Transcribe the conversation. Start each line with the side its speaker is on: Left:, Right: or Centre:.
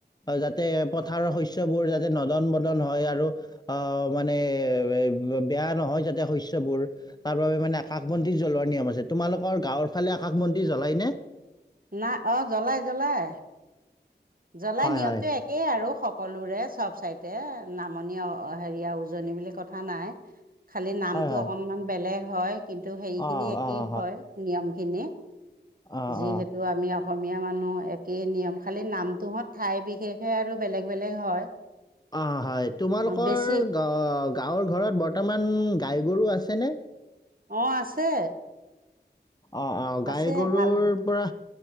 Left: যাতে পথাৰৰ শস্যবোৰ যাতে নদন বদন হয় আৰু অ মানে হয় <unintelligible> বেয়া নহয় যাতে শস্যবোৰ তাৰ বাবে মানে আকাশ বন্তি জ্বলোৱাৰ নিয়ম আছে তোমালোকৰ গাঁৱৰ ফালে আকাশ বন্তি জ্বলাই নে?
Right: না অ জ্বলাই জ্বলাই জ্বলাই
Left: হয়
Right: নিয়মটো
Left: হয়
Right: একেই আৰু কলোৰে চব চাইতে নামনি হেৰিয়া উজনি বুলি কথা নাই খালি নামতটো
Left: হয় হয়
Right: অকনমান বেলেগ হয় কিন্তু হেৰি খিনি
Left: অঁ
Right: একেই
Left: অঁ
Right: হয় নিয়ম খিনি
Left: অঁ
Right: যিহেতু
Left: অঁ
Right: আমি অসমীয়া মানুহ একেই নিয়ম খালী নাম তোহঁত ঠাই বিশেষে আৰু বেলেগ বেলেগ হয়
Left: অ হয় তোমালোকৰ
Right: বেছি
Left: গাঁৱৰ ঘৰত বৰ্তমান গাইগৰু আছেনে?
Right: অ আছে
Left: অ অ গাই
Right: আছে
Left: গৰুৰ
Right: হাল
Left: পৰা